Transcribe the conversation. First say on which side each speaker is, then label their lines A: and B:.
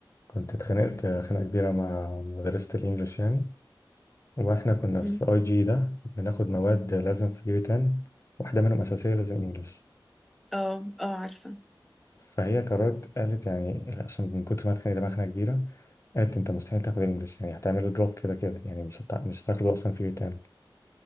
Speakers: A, on the left; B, in the centre.
A: كنت اتخانقت آه، خناقة كبيرة مع مدرسة الإنجليش يعني واحنا كنا
B: أم.
A: في اي جي ده بناخد مواد لازم في year 10 واحدة منهم أساسية لازم انجلش
B: اه اه عارفة
A: فهي قررت قالت يعني عشان من كتر ما اتخانق دماغنا كبيرة قالت انت مستحيل تاخد الانجلش يعني هتعمله دروب كده كده يعني مش هتع... مش هتاخده اصلا في year 10